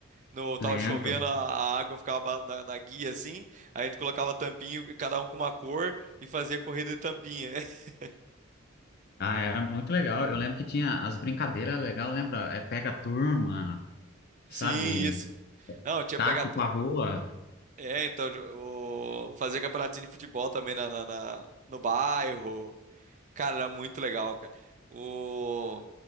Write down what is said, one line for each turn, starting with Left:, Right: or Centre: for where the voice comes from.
Right: No, tava
Left: Lembro.
Right: chovendo, a, a água ficava ba- na, na guia assim, a gente colocava tampinha, cada um com uma cor e fazia corrida de tampinha. <laughs>
Left: Ah, era muito legal. Eu lembro que tinha as brincadeiras legais, lembra? É pega a turma, sabe?
Right: Sim, isso. Não, tinha
Left: Taco
Right: pegado.
Left: pra rua.
Right: É, então, o... fazer campeonatinho de futebol também na, na- na- no bairro. Cara, era muito legal, cara. O,